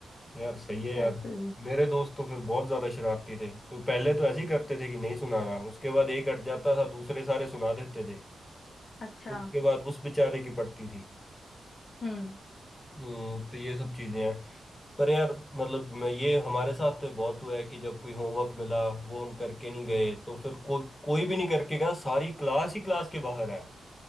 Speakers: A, on the left (about 25°); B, on the left (about 55°).
A: यार सही है यार
B: <laughs> ऐसे ही
A: मेरे दोस्त तो फिर बहुत ज्यादा शरारती थे वो पहले तो ऐसे ही करते थे कि नहीं सुनाना उसके बाद एक अट जाता था दूसरे सारे सुना देते थे
B: अच्छा
A: उसके बाद उस बेचारे की पड़ती थी
B: हम्म
A: हम्म तो ये सब चीजें हैं पर यार मतलब मैं- ये हमारे साथ तो बहुत हुआ है कि जब कोई होमवर्क मिला वो हम करके नहीं गए तो फिर को, कोई भी नहीं करके गया सारी क्लास ही क्लास के बाहर है